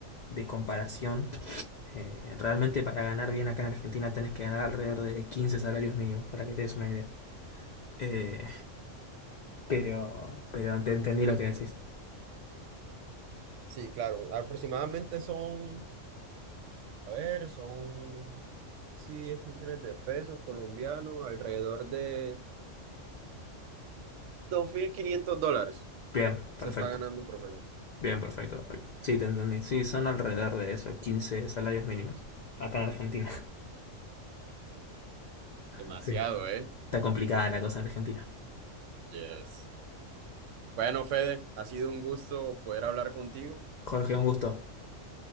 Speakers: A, on the left (about 75°); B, on the right (about 75°).
A: de comparación. Eh, realmente para ganar bien acá en Argentina tenés que ganar alrededor de 15 salarios mínimos, para que te des una idea. Eh, pero, pero te entendí lo que decís.
B: sí, claro. Aproximadamente son, a ver, son Sí, 10 millones de pesos colombianos, alrededor de 2.500 dólares
A: Bien,
B: se
A: perfecto.
B: está ganando un profesor.
A: Bien, perfecto, perfecto. Sí, te entendí. Sí, son alrededor de eso, 15 salarios mínimos. Acá en Argentina. <laughs>
B: Demasiado,
A: Sí.
B: ¿eh?
A: Está complicada la cosa en Argentina.
B: Yes. Bueno, Fede, ha sido un gusto poder hablar contigo.
A: Jorge, un gusto.